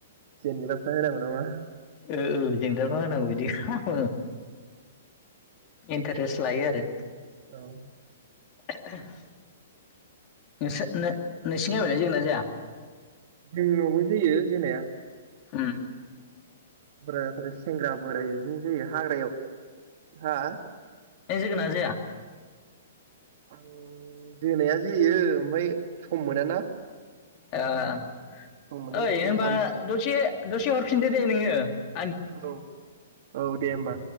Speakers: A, on the right (about 45°); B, on the left (about 30°).
A: जेनग्राफ्रा होनांगौ नामा?
B: ओ ओ जेंग्राफ्रा होनांगौ बिदि खामो इन्टारेस्ट लायो आरो
A: औ
B: <unintelligible> नोंसो नो-नोंसिनि गामिनिया जोगोना जोआ
A: जोंनावबो जोयो जोनाया
B: उम
A: बोरायफारै सेंग्रा बोराय बिदिनो जोयो हाग्रायाव हा
B: नों जोगोना जोया
A: आं जोनाया जोेयो ओमफाय सम मोना ना
B: ओ
A: मोननायाव
B: ओइ
A: जोयो
B: होनबा
A: आमसि
B: दसे दसे हर फिनदो दे नोंङो
A: औ औ दे होमबा